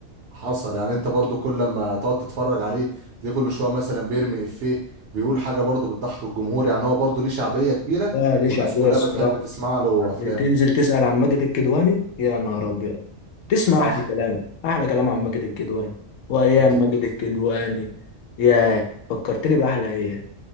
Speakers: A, on the right; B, on the left.
A: حصل يعني انت برضو كل لما تقعد تتفرج عليه تلاقيه كل شويه مثلا بيرمي افيه بيقول حاجه برضو بتضحك الجمهور يعني هو برضو ليه شعبيه كبيره
B: هنا اه دي
A: والناس
B: شعبية
A: كلها
B: الصراحة
A: بتحب تسمع له افلامه
B: تنزل تسأل عن ماجد الكدواني يا نهار أبيض تسمع
A: صح
B: أحلى كلام أحلى كلام عن
A: مم.
B: ماجد الكدواني وأيام
A: اكيد
B: ماجد الكدواني ياه
A: امم
B: فكرتني بأحلى أيام